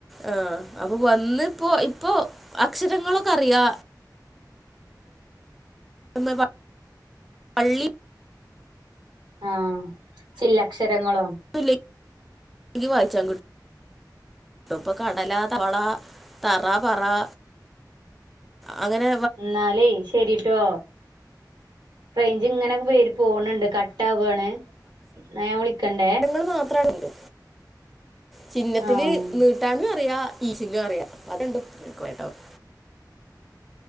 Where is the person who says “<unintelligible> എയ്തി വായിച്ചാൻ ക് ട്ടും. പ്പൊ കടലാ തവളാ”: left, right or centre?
Centre